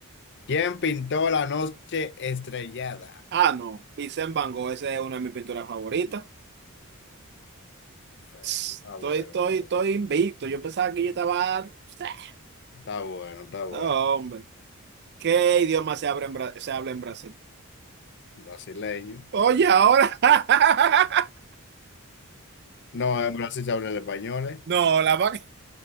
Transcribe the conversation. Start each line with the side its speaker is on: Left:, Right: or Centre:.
Left: ¿Quién pintó la noche estrellada?
Right: Ah, no. Vincent Van Gogh, esa es una de mis pinturas favoritas.
Left: Perfecto,
Right: Estoy,
Left: está bueno,
Right: estoy,
Left: está bueno,
Right: estoy invicto. Yo pensaba que yo estaba. <laughs>
Left: está bueno, está bueno.
Right: No, hombre. ¿Qué idioma se habla en Bra- se habla en Brasil?
Left: Brasileño.
Right: Oye, ahora. <laughs>
Left: No, en Brasil se habla el español, ¿eh?
Right: No, la vaca.